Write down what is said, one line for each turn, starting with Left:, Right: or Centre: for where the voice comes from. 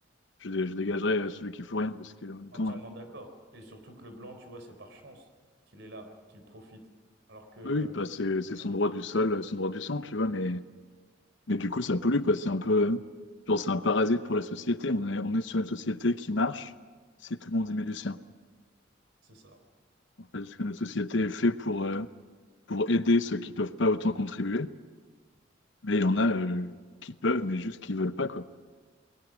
Left: je, dé- je dégagerais euh, celui qui fout rien, parce qu'en même
Right: Entièrement
Left: temps, euh,
Right: d'accord. Et surtout que le blanc, tu vois, c'est par chance qu'il est là, qu'il profite. Alors que
Left: oui, bah, c'est c'est
Right: la
Left: son
Right: famille
Left: droit
Right: d'immigrés,
Left: du sol, euh, son droit du sang, tu vois, mais, mais du coup, ça pollue, quoi. C'est un peu, euh, genre, c'est un parasite
Right: pas.
Left: pour la société. On est, on est sur une société qui marche si tout le monde y met du sien.
Right: C'est ça.
Left: En fait, parce que notre société est faite pour, euh, pour aider ceux qui peuvent pas autant contribuer, mais il y en a euh, qui peuvent, mais juste qui veulent pas, quoi.